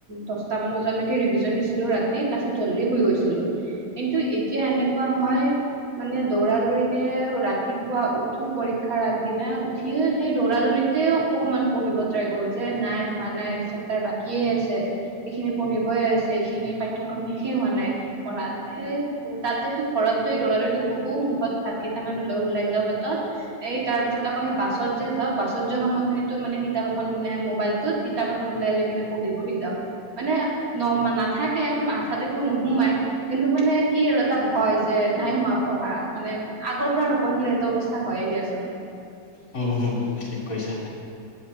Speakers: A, on the right (about 30°); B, on the left (about 25°).
A: দশটামান বজালৈকে ৰিভিজন দিছিলোঁ ৰাতি তাৰপিছত জল্দি শুই গৈছিলোঁ। কিন্তু এতিয়া এনেকুৱা হয়। মানে দৌৰা দৌৰিকে ৰাতিপুৱা উঠো পৰীক্ষাৰ আগদিনা, উঠি সেই দৌৰা দৌৰিতেও অকণমান পঢ়িব ট্ৰাই <unintelligible> নাই হোৱা নাই চেপটাৰ বাকিয়ে আছে। এইখিনি পঢ়িবই আছে এইখিনি পাঠ্যক্ৰম শেষে হোৱা নাই পঢ়া এই তাত <unintelligible> ঘৰত দৌৰা দৌৰিকে পঢ়ো মুখত ভাত কেইটামান লৈ ওলাই যাওঁ পেটত। এই তাৰপিছত আকৌ সেই বাছত যে যাওঁ বাছত যোৱা সময়খিনিতো মানে কিতাপ এখন মানে মোবাইলটোত। কিতাপ এখন ওলাই লৈ কিনে পঢ়ি, পঢ়ি যাওঁ। মানে ন-নাথাকে মাঠাত একো নোসোমাই কিন্তু মানে কি আৰু ভয় যে নাই হোৱা পঢ়া মানে আগৰ পৰা নপঢ়িলে এইটো অৱস্থা হয়ে দিয়াচোন।
B: হম, হম ঠিক কৈছা